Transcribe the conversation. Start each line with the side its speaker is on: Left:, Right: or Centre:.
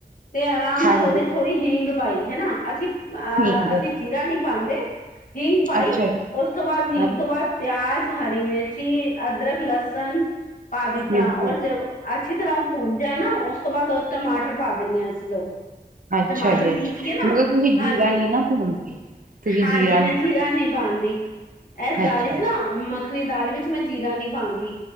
Left: ਤੇ ਆਰਾਮ ਨਾਲ
Right: ਹਾਂਜੀ
Left: ਉਹਦੇ ਥੋੜ੍ਹੀ ਹਿੰਂਗ ਪਾਈ ਹੇਨਾ, ਅਸੀਂ ਅਹ
Right: ਠੀਕ
Left: ਅਸੀਂ
Right: ਹੈ
Left: ਚੀਰਾ ਨਈ ਪਾਂਦੇ। ਹਿੰਗ ਪਾਈ
Right: ਅੱਛਾ
Left: ਓਸ
Right: ਜੀ
Left: ਉਸ ਤੋਂ ਬਾਦ ਹਿੰਗ
Right: ਅੱਛਾ,
Left: ਤੋਂ ਬਾਅਦ, ਪਿਆਜ, ਹਰੀ ਮਿਰਚੀ, ਅਦਰਕ, ਲਸਨ ਪਾ ਦੀ ਤਾਂ
Right: ਬਿਲਕੁਲ
Left: ਉਹਰ ਜਵ ਅੱਛੀ ਤਰ੍ਹਾਂ ਉਹ ਭੁੰਣ ਜਾਏ ਨਾ, ਓਸ ਤੋਂ ਬਾਅਦ ਉਹ ਟਮਾਟਰ ਪਾ ਦਿੰਨੇ ਆ ਅਸੀਂ ਲੋਗ।
Right: ਅੱਛਾ
Left: ਟਮਾਟਰ
Right: ਜੀ
Left: ਪੀਸ
Right: ਅੱਛਾ
Left: ਕੇ ਨਾ,
Right: ਮਤਲਬ ਤੁਸੀਂ ਜੀਰਾ
Left: ਹਾਂਜੀ।
Right: ਨੀ ਨਾ ਭੁੰਨਦੇ ਤੁਸੀਂ
Left: ਹਾਂਜੀ ਮੈਂ
Right: ਨੀ
Left: ਜੀਰਾ ਨਈ ਪਾਂਦੀ। ਐਸ ਦਾਲ
Right: ਅੱਛਾ
Left: ਇਚ ਨਾ ਮੱਖਣੀ ਦਾਲ ਵਿੱਚ, ਮੈਂ ਜੀਰਾ ਨੀ ਪਾਂਦੀ,